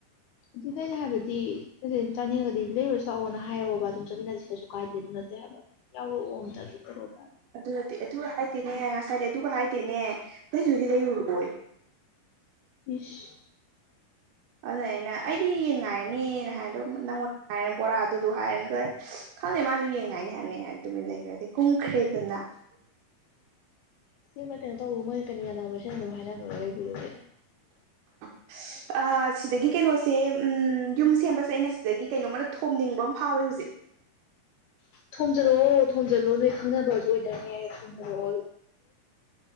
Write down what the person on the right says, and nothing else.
ꯑꯗꯨ ꯅꯠꯇꯦ ꯑꯗꯨꯒ ꯍꯥꯏꯗꯦꯅꯦ ꯉꯁꯥꯏꯗꯤ ꯑꯗꯨꯒ ꯍꯥꯏꯗꯦꯅꯦ ꯅꯣꯏꯗꯨꯗꯤ ꯂꯩꯔꯨꯔꯣ ꯌꯦ
ꯑꯗꯨꯅ ꯑꯩꯅ ꯑꯩꯗꯤ ꯌꯦꯟ ꯉꯥꯏꯔꯅꯦꯅ ꯍꯥꯏꯗꯣ ꯅꯪꯉꯣꯟ ꯉꯥꯏꯔ ꯕꯣꯔꯥ ꯗꯨꯗꯣ ꯍꯥꯏꯔꯗꯣꯏ ꯈꯪꯗꯦ ꯃꯥꯖꯨ ꯌꯦꯟ ꯉꯥꯏꯅꯤ ꯍꯥꯏꯝꯅꯦ ꯍꯥ ꯇꯨꯃꯤꯠ ꯂꯩꯒ꯭ꯔꯦ ꯗꯩ ꯀꯨꯝꯈ꯭ꯔꯦꯗꯅ
<unintelligible> ꯑꯍꯥ ꯁꯤꯗꯒꯤ ꯀꯩꯅꯣꯁꯦ ꯎꯝ ꯌꯨꯝ ꯁꯦꯝꯕꯁꯦ ꯑꯩꯅ ꯁꯤꯗꯒꯤ ꯀꯩꯅꯣꯃꯅ ꯊꯣꯝꯅꯤꯡꯕ ꯑꯝ ꯐꯥꯎꯋꯦ ꯍꯨꯖꯤꯛ